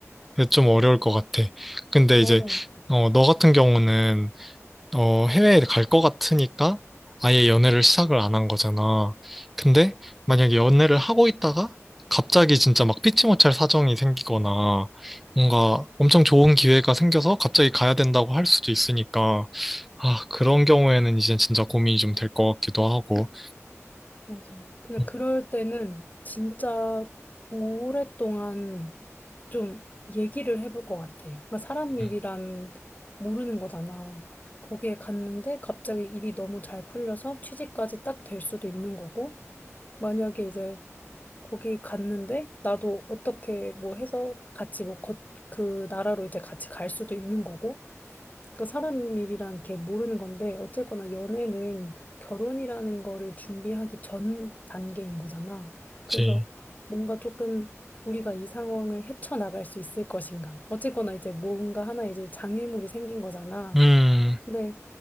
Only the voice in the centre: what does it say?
좀 어려울 것 같아. 근데
이제
어, 너 같은 경우는 어, 해외에 갈 것 같으니까 아예 연애를 시작을 안 한 거잖아. 근데 만약에 연애를 하고 있다가 갑자기 진짜 막 피치 못할 사정이 생기거나 뭔가 엄청 좋은 기회가 생겨서 갑자기 가야 된다고 할 수도 있으니까 아, 그런 경우에는 이제 진짜 고민이 좀 될 것 같기도 하고.
음,
음,
그치.
음,